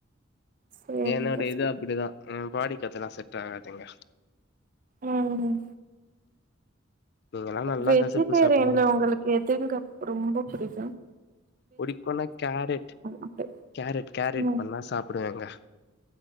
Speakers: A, on the right; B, on the left.
A: சேரிங்க
B: என்னோடைய
A: சேரிங்க
B: இது அப்டிதா என் பாடி அதெல்லா செட் ஆகாதுங்க
A: ம்
B: நீங்கல்லா நல்லா
A: வெஜ்டேரியன்ல
B: கசப்பு சாப்டுவீங்க
A: ஒங்களுக்கு எதுங்க ரொம்ப பிடிக்கும்
B: புடிக்கோனா கேரட்
A: அப்டி
B: கேரட் கேரட்
A: ம்
B: பண்ணா சாப்பிடுவேங்க